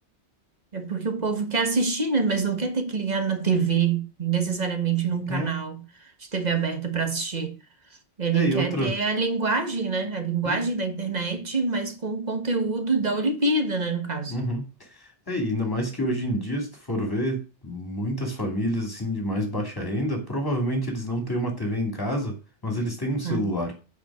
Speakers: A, on the right; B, on the left.
A: É porque o povo quer assistir, né? Mas não quer ter que ligar na TV, necessariamente num canal
B: É,
A: de TV aberta para assistir. Ele
B: é e
A: quer
B: outra,
A: ter a linguagem, né? A linguagem
B: sim.
A: da internet, mas com o conteúdo da Olimpíada, né? No caso.
B: Uhum. É, e ainda mais que hoje em dia, se tu for ver, muitas famílias assim de mais baixa renda, provavelmente eles não têm uma TV em casa, mas eles têm um celular.
A: Hum.